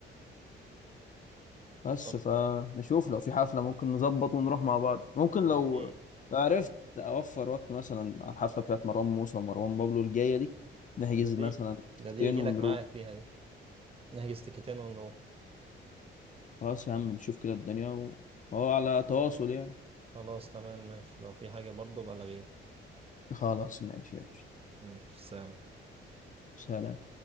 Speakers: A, on the left; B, on the right.
A: بس
B: طب
A: فنشوف لو في حفله ممكن نظبط ونروح مع بعض ممكن
B: ده
A: لو
B: اكيد
A: لو عرفت اوفر وقت مثلا على الحفله بتاعت مروان موسى ومروان بابلو الجايه دي نحجز
B: طب ده
A: مثلا
B: دي
A: تيكتين
B: ده دي يجي
A: ونروح
B: لك معاك فيها دي نحجز تيكتين ونروح
A: خلاص يا عم نشوف كده الدنيا و- وهو على تواصل يعني
B: خلاص تمام ماشي لو في حاجة برضه بلغيني
A: خلاص ماشي يا باشا.
B: ماشي سلام
A: سلام